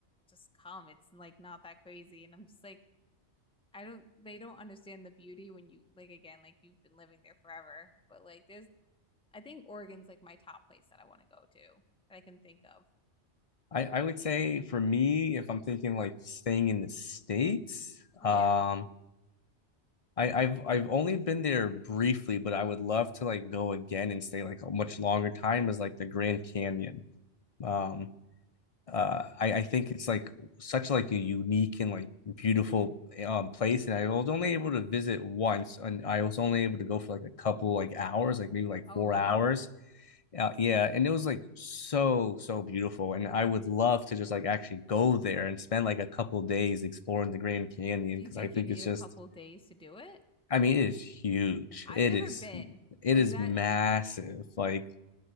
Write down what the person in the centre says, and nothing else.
just come. It's like not that crazy and I'm just like I don't they don't understand the beauty when you like again like you've been living there forever but like there's I think Oregon's like my top place that I want to go to that I can think of.
Yeah.
Oh,
really?
Do
you think
you need
a
couple days to do it?
I've
never
been
like
that.